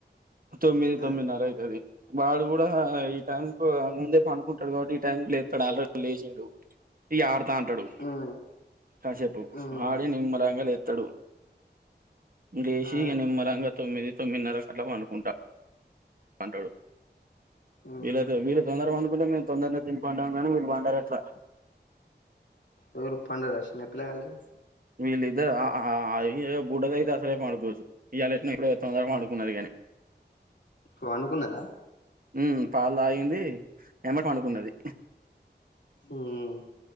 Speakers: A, on the right; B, on the left.
A: తొమ్మిది
B: ఆ
A: తొమ్మిదిన్నర అవుతుది వాడు కూడా ఈ టైం కు ముందే పడుకుంటాడు కాబట్టి ఈ టైం లేత్తడు ఆల్రెడీ లేచిండు ఇగ ఆడతా అంటాడు
B: ఉమ్
A: కాసేపు
B: ఉమ్
A: ఆడి నిమ్మలాగా లే తడు లేశీ
B: ఆ
A: నిమ్మరంగా తొమ్మిది తొమ్మిదిన్నర కట్ల పండు ఉంటా అంటడు
B: ఉమ్
A: వీళ్ళతే వీళ్ళ తొందర పన్ కంటే మేము తొందరనే పంట కానీ మీరు పండారు అట్లా
B: ఎవరు పండరా చిన్న పిల్లగాళ్ళు
A: వీళ్ళిద్దరు అ బుడద అయితే అసలే పండుకోదు ఈయల అట్లనో తొందర పడుకున్నది కానీ
B: కా పాడుకున్నదా
A: ఉమ్ పాలు తగింది ఏమటె పడుకున్నది
B: ఉమ్